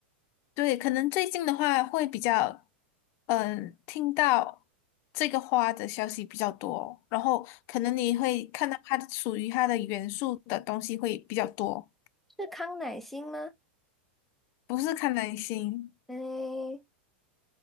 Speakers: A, on the left; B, in the centre.
A: 对，可能最近的话会比较，嗯，听到这个花的消息比较多，然后可能你会看到它的属于它的元素的东西会比较多，
B: 哦是康乃馨吗？
A: 不是看男星，
B: 诶，